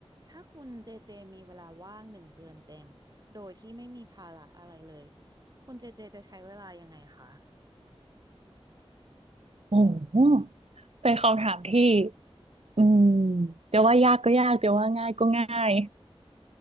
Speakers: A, on the right; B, on the right.
A: ถ้าคุณเจเจมีเวลาว่างหนึ่งเดือนเต็มโดยที่ไม่มีภาระอะไรเลยคุณเจเจจะใช้เวลายังไงคะ
B: โอ้โหเป็นคำถามที่อืมเดี๋ยวว่ายากก็ยากเดี๋ยวว่าง่ายก็ง่าย